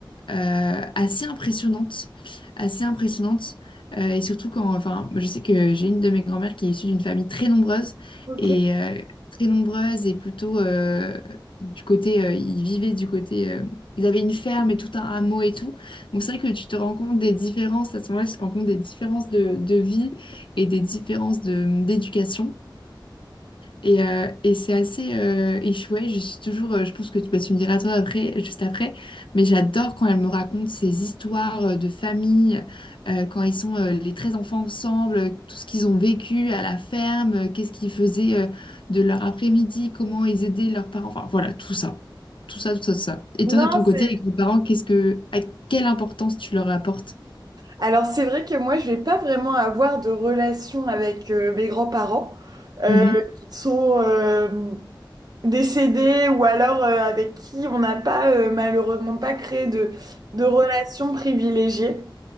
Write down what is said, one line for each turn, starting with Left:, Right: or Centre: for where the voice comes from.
Left: euh, assez impressionnante, assez impressionnante. Euh, et surtout quand, enfin, je sais que j'ai une de mes grand-mères qui est issue d'une famille très nombreuse
Right: Ok.
Left: et euh, très nombreuse et plutôt euh, du côté, euh, ils vivaient du côté, euh, ils avaient une ferme et tout un hameau et tout. Donc c'est vrai que tu te rends compte des différences à ce moment-là, tu te rends compte des différences de, de vie et des différences de d'éducation. Et, euh, et c'est assez euh, et je- ouais, je suis toujours, euh, je pense que tu, bah, tu me diras toi après, juste après, mais j'adore quand elle me raconte ces histoires euh, de famille, euh, quand ils sont euh, les 13 enfants ensemble, euh, tout ce qu'ils ont vécu à la ferme, euh, qu'est-ce qu'ils faisaient euh, de leur après-midi, comment ils aidaient leurs parents, enfin voilà, tout ça. Tout ça, tout ça, tout ça. Et toi,
Right: Non,
Left: de ton côté,
Right: c'est...
Left: les grands-parents, qu'est-ce que, à quelle importance tu leur apportes?
Right: Alors, c'est vrai que moi, je vais pas vraiment avoir de relation avec euh, mes grands-parents euh,
Left: Mhm,
Right: qui sont euh, décédés ou alors euh, avec qui on n'a pas, euh, malheureusement, pas créé de, de relation privilégiée.